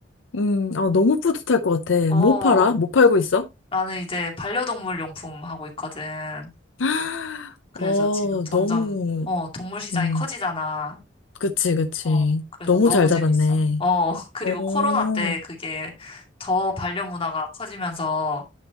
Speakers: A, on the left (about 80°); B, on the left (about 30°).
A: 음, 아, 너무 뿌듯할 것 같아.
B: 어,
A: 뭐 팔아? 뭐 팔고 있어?
B: 나는 이제 반려동물 용품 하고 있거든.
A: <gasps>
B: 그래서
A: 어,
B: 지금 점점,
A: 너무,
B: 어, 동물 시장이
A: 음.
B: 커지잖아.
A: 그치, 그치.
B: 어, 그래서
A: 너무
B: 너무
A: 잘
B: 재밌어.
A: 잡았네.
B: 어, <laughs> 그리고
A: 어,
B: 코로나 때 그게 더 반려 문화가 커지면서